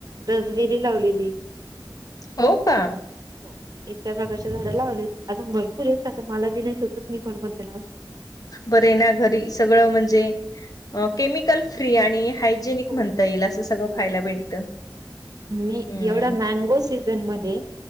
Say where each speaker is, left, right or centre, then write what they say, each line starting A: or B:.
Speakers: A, on the right; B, on the left.
A: रेसबेरी लावलेली.
B: हो का.
A: हो. इतक्या प्रकारची झाडं लावलीत अजून भरपूर आहेते आता मला बी नाही सुचत मी पण कोणते लावू.
B: बर येना घरी सगळं म्हणजे केमिकल फ्री आणि हा जेनिक
A: हो
B: म्हणता येईल असं सगळं
A: हो
B: खायला
A: हो.
B: भेटतं.
A: मी
B: हम्म
A: एवढा मँगो सीझन मध्ये